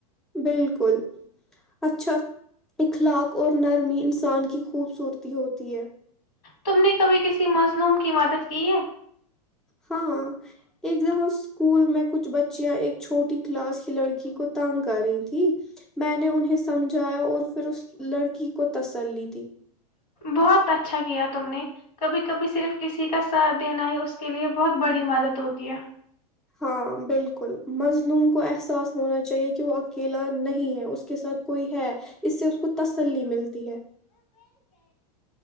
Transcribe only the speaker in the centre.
بالکل اچھا اخلاق اور نرمی انسان کی خوبصورتی ہوتی ہے
ہاں ایک دفہ اسکول میں کچھ بچیاں ایک چھوٹی کلاس کی لڑکی کو تنگ کر رہی تھی میں نے انہیں سمجھایا اور پھر اس لڑکی کو تسلی تھی
ہاں بالکل مظلوم کو احساس ہونا چاہیے کہ وہ اکیلا نہیں ہے اس کے ساتھ کوئی ہے اس سے اس کو تسلی ملتی ہے